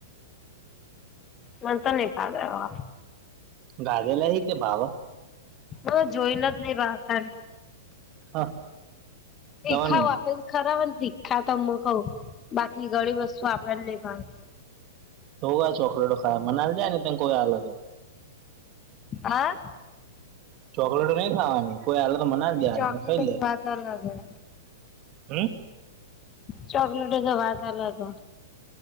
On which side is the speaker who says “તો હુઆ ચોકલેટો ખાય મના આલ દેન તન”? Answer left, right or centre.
Right